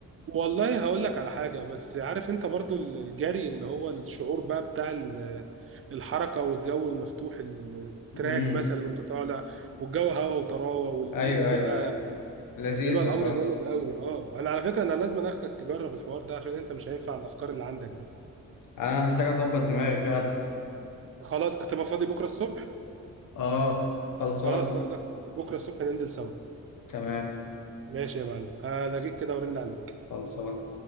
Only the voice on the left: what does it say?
امم
ايوه
ايوه ايوه لذيذة
خلاص
انا محتاج اظبط دماغي فعلا
اه خلصان
تمام
خلصان